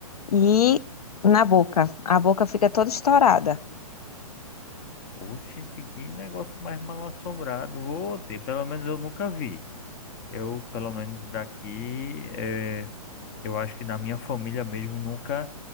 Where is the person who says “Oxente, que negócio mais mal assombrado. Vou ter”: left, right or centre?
Left